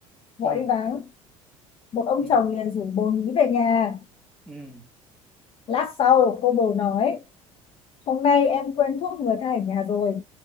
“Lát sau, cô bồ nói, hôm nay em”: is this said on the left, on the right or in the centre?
Left